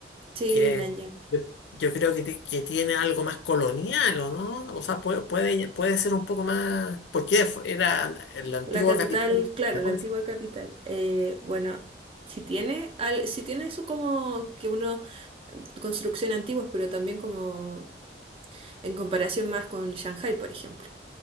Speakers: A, on the right; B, on the left.
A: Sí,
B: Que
A: Nanjing.
B: yo yo creo que, ti- que tiene algo más colonial, ¿o no? O sea, puede, puede, puede ser un poco más. Porque fue- era la antigua
A: La capital,
B: capital.
A: claro,
B: ¿te acuerdas?
A: la antigua capital. Eh, bueno, si tiene al, si tiene eso como que uno construcción antiguas, pero también como en comparación más con Shanghai, por ejemplo,